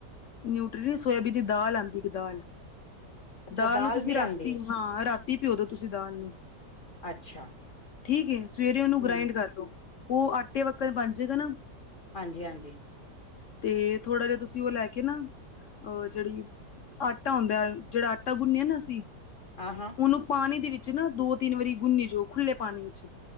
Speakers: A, on the left; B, on the left.
A: ਨਿਊਟਰੀ, ਸੋਇਆਬੀਨ, ਦੀ ਦਾਲ ਆਂਦੀ ਇੱਕ ਦਾਲ
B: ਅੱਛਾ
A: ਦਾਲ ਨੂੰ ਤੁਸੀਂ
B: ਵੀ
A: ਰਾਤੀ
B: ਆਂਦੀ ਏ
A: ਹਾਂ ਰਾਤੀ ਭਉਂ, ਤੁਸੀਂ ਦਾਲ ਨੂੰ
B: ਅੱਛਾ
A: ਠੀਕ ਹੈ, ਸਵੇਰੇ ਉਹਨੂੰ
B: ਹੂੰ
A: ਗ੍ਰਾਇੰਡ ਕਰ ਲੋ, ਉਹ ਆਟੇ ਵਾਕਣ ਬਣ ਜਾਏਗਾ ਨਾ
B: ਹਾਂਜੀ ਹਾਂਜੀ
A: ਤੇ ਥੋੜਾ ਜਿਹਾ ਤੁਸੀਂ ਉਹ ਲੈ ਕੇ ਨਾ ਅਹ ਜਿਹੜੀ ਆਟਾ ਆਉਂਦਾ ਜਿਹੜਾ ਆਟਾ ਗੁੰਨਿਆ ਨਾ ਅਸੀਂ।
B: ਹ ਹਾਂ
A: ਉਹਨੂੰ ਪਾਣੀ ਦੇ ਵਿੱਚ ਨਾ ਦੋ ਤਿੰਨ ਵਾਰੀ ਗੁੰਨੀ ਜਾਓ ਖੁੱਲੇ ਪਾਣੀ ਵਿੱਚ